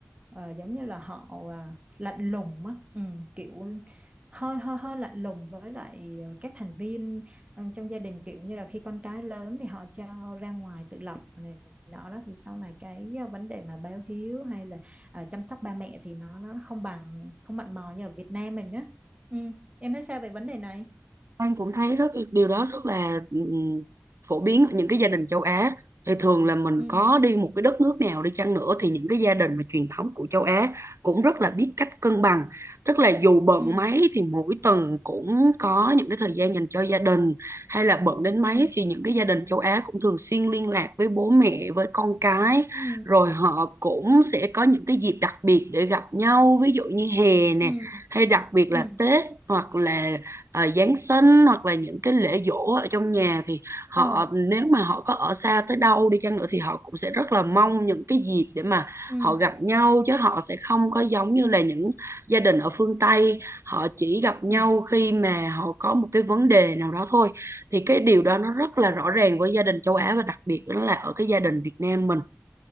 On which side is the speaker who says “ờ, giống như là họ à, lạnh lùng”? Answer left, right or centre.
Right